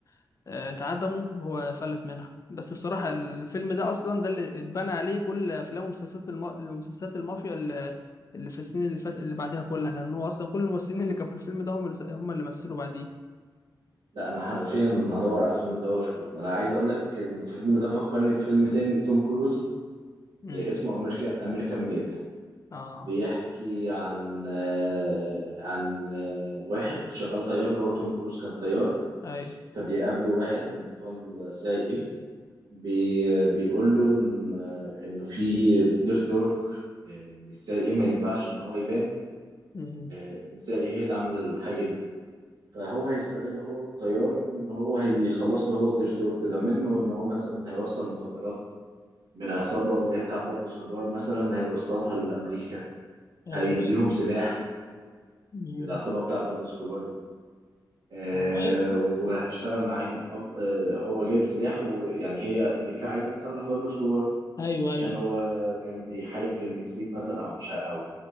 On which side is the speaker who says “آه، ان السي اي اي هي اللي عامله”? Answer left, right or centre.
Right